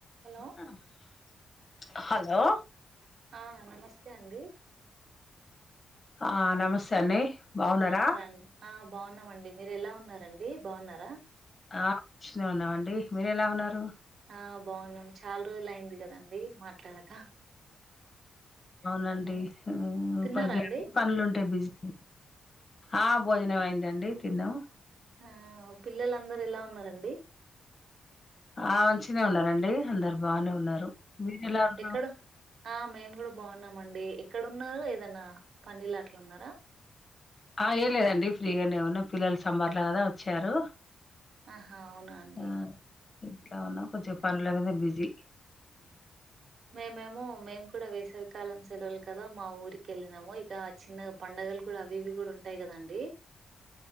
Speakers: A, on the right; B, on the left.
A: Hello
B: ఆ hello
A: ఆ నమస్తే అండి
B: ఆ నమస్తే అండి బాగున్నారా
A: బాగున్నారండి ఆ బాగున్నామండి మీరు ఎలా ఉన్నారండి బాగున్నారా
B: ఆ మంచిగా ఉన్నాం అండి మీర ఎలా ఉన్నారు
A: ఉమ్. ఆ బాగున్నాం చాలా రోజులు అయింది కదండి మాట్లాడక
B: అవునండి
A: ఉమ్. తిన్నారా
B: ప
A: అండి
B: పనులు ఉంటాయి బిజీ ఆ భోజనమయిందండి తిన్నాము
A: ఆ పిల్లలందరూ ఎలా ఉన్నారండి
B: ఆ మంచిగానే ఉన్నారు రండి అందరు బాగానే ఉన్నారు మీరు ఉన్నారు
A: ఎక్కడ ఆ మేము కూడా బాగున్నామండి ఎక్కడన్నారు ఏదనా పన్నలు అట్లు ఉన్నారా
B: ఆ ఏ లేదండి ఫ్రీగానేమన్నా పిల్లలు సమ్మెర్ల కదా వచ్చారు
A: ఆహా అవునండి
B: ఆ ఇంట్లో ఉన్నా కొంచెం
A: ఓకే
B: పనుల మీద బిజీ
A: మేమేమో మేము కూడా వేస కాలం సెలవులు కదా మా ఊరికి వెళ్ళినాము ఇక చిన్న పంండగలు కూడా అవి ఇవి కూడా ఉంటాయి కదండి